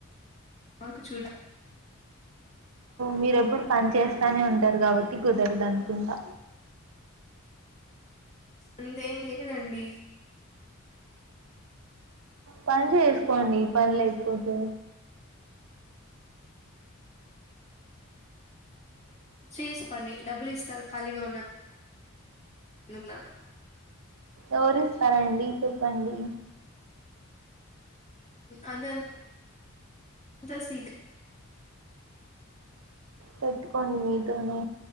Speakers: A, on the left; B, on the right.
A: మాకు చూ
B: మీరెప్పుడు పని చేస్తానే ఉంటారు కాబట్టి కుదరదు అనుకుంటా
A: అంతేం లేదండి
B: పని చేసుకోండి పని లేకపోతే
A: చేసు పని డబ్బులు ఇస్తారు ఖాళీగా ఉన్న
B: ఎవరిస్తారండి చెప్పండి
A: అన్ ద
B: పెట్టుకోండి మీతోనే